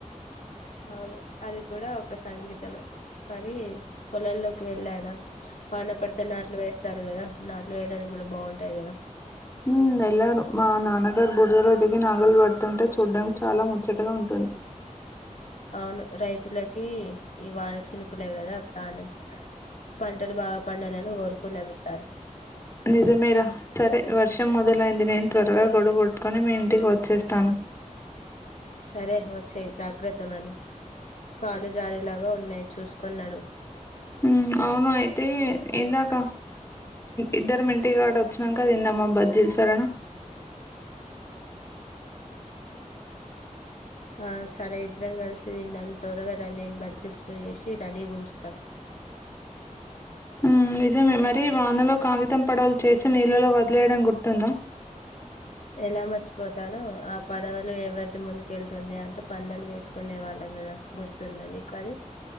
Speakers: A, on the left; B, on the left.
A: అవును అది కూడా ఒక సంగీతమే మరి పొలల్లోకి వెళ్ళారా వాన పడితే నాట్లు వేస్తారు కదా నాట్లు వేయడానికి కూడా బావుటాయి కదా
B: ఉమ్ వెళ్ళారు మా నాన్న అందరు బూడిలో దిగి నాగలు పెట్టుడుతుంటే చుడానికి చాలా ముచ్చటగా ఉంటుంది
A: అవును రైతులకి ఈ వాన చినుకులే కదా ప్రాణం పంటలు బాగా పండాలని కోరుకున్నం ఈ సారి
B: నిజమేరా సరే వర్షం మొదలయిం నేను త్వరగా గొడుగు బట్టుకొని మీ ఇంటికి వచ్చేస్తాను
A: సరే వచ్చేయ్ జాగ్రత్త మరి కాళ్ళు జారేలాగా ఉన్నాయి చూసుకొని నడువు
B: ఉమ్ అవును అయితే ఇందగా ఇద్దరం ఇంటి కాడ వ చ్చినక్కా తిందాం ఆ బజ్జిలు సరేనా
A: ఆ సరే ఇద్దరం కలిసి తిందాం తొరగరా నేను బజ్జిల్ ఫ్రై చేసి రెడీ ఉంచు
B: ఉమ్ నిజమే మరి వానలో కాగితం పడవలు చేసి నీళ్ళలో వదిలేయడం గుర్తుందా
A: ఎలా మర్చిపోతాను ఆ పడవలు ఎవరిది ముందుకెళ్తుంది అంటు పందాలు వేసుకునే వాళ్ళం కదా గుర్తు ఉందా నీకు అది